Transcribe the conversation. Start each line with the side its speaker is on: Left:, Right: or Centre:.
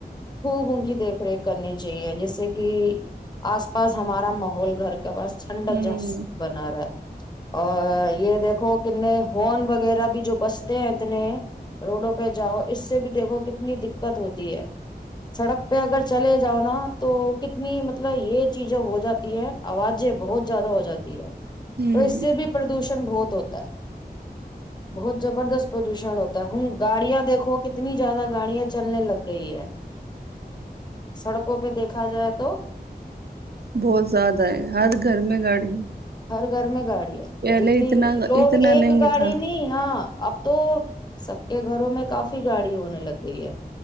Left: خوب ان کی دیکھ ریکھ کرنی چاہیے جیس سے کہ آس پاس ہمارا ماحول گھر کے پاس ٹھنڈک
Right: ہوں
Left: جاس بنا رہا ہے اور یہ دیکھو کتنے ہارن وغیرہ بھی جو بستے ہیں اتنے روڈوں پہ جاؤ اس سے بھی دیکھو کتنی دقت ہوتی ہے سڑک پہ اگر چلے جاؤ نا تو کتنی مطلب یہ چیزیں ہو جاتی ہے آوازیں بہت زیادہ ہو جاتی ہے
Right: ہوں
Left: تو اس سے بھی پردوشن بہت ہوتا ہے بہت زبردست پردوشن ہوتا ہے ہ گاڑیاں دیکھو کتنی زیادہ گاڑیاں چلنے لگ گئی ہے سڑکوں پہ دیکھا جائے تو
Right: بہت زیادہ ہے ہر گھر میں گاڑی
Left: ہر گھر میں گاڑ
Right: پہلے
Left: اور جتنی
Right: اتنا
Left: لوگ
Right: اتنا
Left: ایک
Right: نہیں
Left: گاڑی
Right: تھا
Left: نہیں ہاں اب تو سب کے گھروں میں کافی گاڑی ہونے لگ گئی ہے